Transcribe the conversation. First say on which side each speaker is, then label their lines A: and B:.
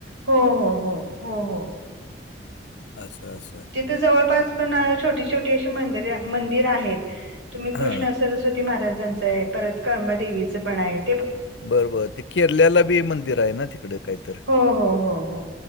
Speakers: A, on the right; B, on the left.
A: हो हो हो हो हो.
B: अस अस
A: तिथं जवळपास पण छोटी छोटी अशी मंदिरे मंदिर आहेत तुम्ही कृष्ण
B: हां.
A: स्वती महाराजांचं आहे परत कळंबा देेवीचं पण आहेत.
B: बरं बरं ते केर्ल्याला बी मंदिर हाय ना तिकड कायतर
A: हो हो हो हो